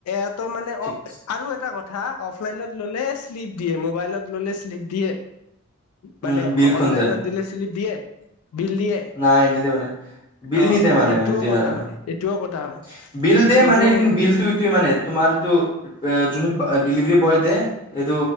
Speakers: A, on the left; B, on the left.
A: এত মানে
B: ঠিক
A: অ' আৰু এটা কথা হা অফলাইনত ললে স্লিপ দিয়ে মবাইলত ললে স্লিপ নিদিয়ে। মানে
B: উম বিলখন
A: অনলাইনত
B: দে
A: দিলে স্লিপ দিয়ে বিল দিয়ে
B: নাই নিদে মানে বিল
A: অ
B: নিদে মানে
A: এইটোও
B: এতিয়া
A: কথা
B: আৰু
A: হয়
B: <inaudible>
A: এইটোও কথা হয়
B: বিল দে
A: এইটোও
B: মানে লেকিন
A: কোনটো
B: বিলটো এইটো মানে তোমাৰটো। <unintelligible> যোনে বা ডেলিভাৰী বয় দে এইটো